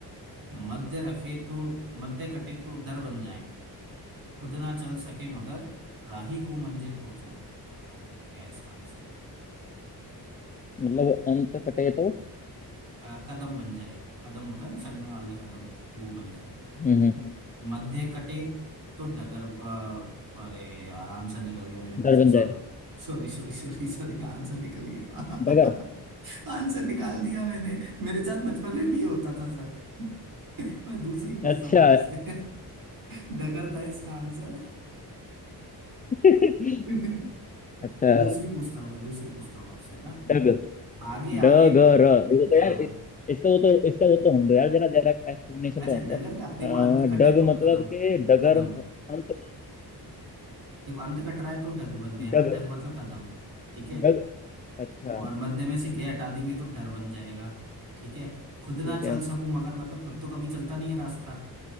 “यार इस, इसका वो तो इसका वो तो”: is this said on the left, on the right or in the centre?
Left